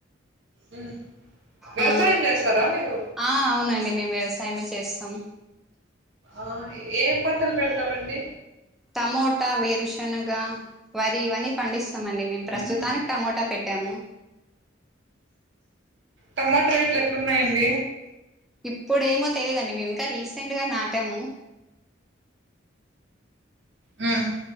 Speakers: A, on the right; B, in the centre.
A: ఉమ్మ్ వ్యవసాయం
B: ఆ
A: చేస్తారా మీరు
B: ఆ అవునండి మేము వ్యవసాయమే చేస్తాం
A: ఆ ఎం పంటలు పెడతారండి
B: టమోటా వేరుశనగ వరి ఇవన్నీ పండిస్త మండి మేము ప్రస్తుతానికి
A: ఉమ్
B: టమోటా పెట్టాము
A: టమాట రేట్లు ఎట్లున్నాయండి
B: ఇప్పుడేమో తెలిదండి మేము ఇంకా రీసెంట్ గా నాటాము
A: ఉమ్మ్